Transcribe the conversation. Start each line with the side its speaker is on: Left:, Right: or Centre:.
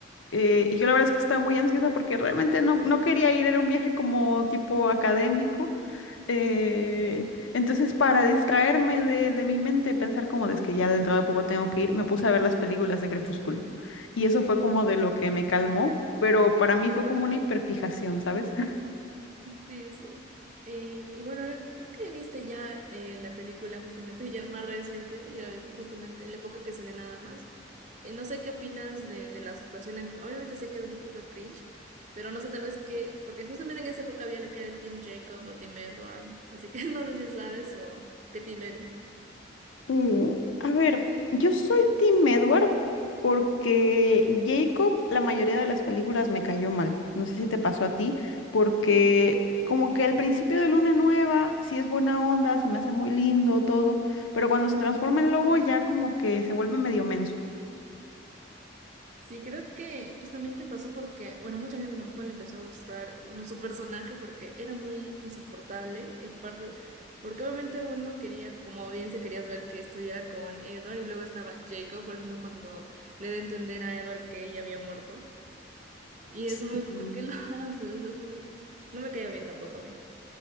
Left: eh, y yo la verdad es que estaba muy ansiosa porque realmente no, no quería ir, era un viaje como tipo académico Eh, entonces, para distraerme de, de mi mente, pensar como de "Es que ya dentro de poco tengo que ir, me puse a ver las películas de Crepúsculo. Y eso fue como de lo que me calmó, pero para mí fue como una hiperfijación, ¿sabes?
Right: Sí, sí. Eh, y bueno, ahora, ¿tú qué viste ya eh, la película justamente <laughs> ya más reciente? Ya la vi justamente en la época que salió nada más. Eh, no sé qué opinas de, de las actuaciones. Obviamente se queda un poquito cringe, pero no sé tal vez qué, porque justamente en esa época había lo que era el Team Jacob o Team Edward. Así que <laughs> no sé si sabes o qué team eres.
Left: Uh, a ver, yo soy Tim Edward porque Jacob, la mayoría de las películas me cayó mal. No sé si te pasó a ti, porque como que al principio de Luna Nueva sí es buena onda, se me hace muy lindo todo, pero cuando se transforma en lobo ya como que se vuelve medio menso.
Right: Sí, creo que justamente pasó porque, bueno, mucha gente tampoco le empezó a gustar, bueno, su personaje porque era muy insoportable, en parte, porque obviamente uno quería, como audiencia, querías ver que estuviera con Edward y luego estaba Jacob, por ejemplo, cuando le da a entender a Edward que ella había muerto. Y
Left: Sí.
Right: es muy, ¿por qué lo <laughs> haces? O sea, es muy, no me cayó bien tampoco a mí.